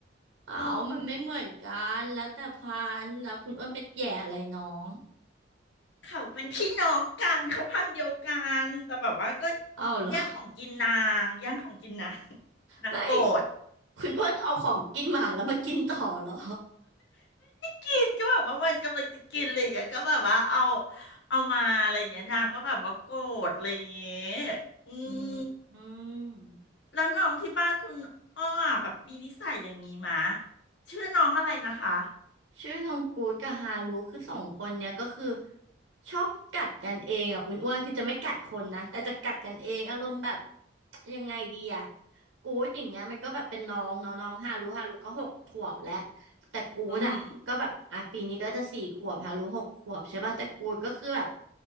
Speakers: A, on the right; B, on the left.
A: เอามันไม่เหมือนกันแล้วแต่พันธุ์แล้วคุณอ้วนไปแหย่อะไรน้อง
B: โอ้เขาเป็นพี่น้องกันเขาพันธุ์เดียวกันแต่แบบว่าก็
A: อ้าวเหรอ
B: แย่งของกินนางแย่งของกินนางนางโกรธ
A: ไม่คุณอ้วนเอาของกินหมาแล้วมากินต่อเหรอ
B: กินก็แบบว่ามันกำลังจะกินอะไรอย่างเงี้ยก็แบบว่าเอาเอามาอะไรอย่างเงี้ยนางก็แบบว่าโกรธอะไรอย่างเงี้ยอืม
A: อืม
B: แล้วน้องที่บ้านคุณอ้อแบบมีนิสัยอย่างงี้มะชื่อน้องอะไรนะคะ
A: ชื่อน้องกู๊ดกับฮารุคือสองคนเนี่ยก็คือชอบกัดกันเองอ่ะคุณอ้วนคือจะไม่กัดคนนะแต่จะกัดกันเองอารมณ์แบบยังไงดีอ่ะกู๊ดอย่างเงี้ยมันก็แบบเป็นน้องเนาะน้องฮารุฮารุก็หกขวบแล้วแต่กู๊ดอ่ะก็แบบอ่ะปีนี้ก็จะสี่ขวบฮารุหกขวบใช่ป่ะแต่กู๊ดก็คือแบบ
B: อือหือ